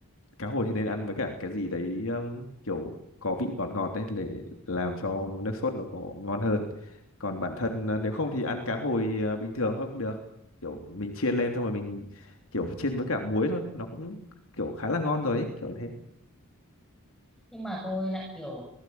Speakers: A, on the left; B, in the centre.
A: cá hồi thì nên ăn với cả cái gì đấy um, kiểu có vị ngọt ngọt đấy để làm cho nước sốt nó có ngon hơn còn bản thân à, nếu không thì ăn cá hồi à, bình thường thôi cũng được kiểu mình chiên lên xong rồi mình kiểu chiên với cả muối thôi nó cũng kiểu khá là ngon rồi ấy kiểu như thế
B: nhưng mà tôi lại kiểu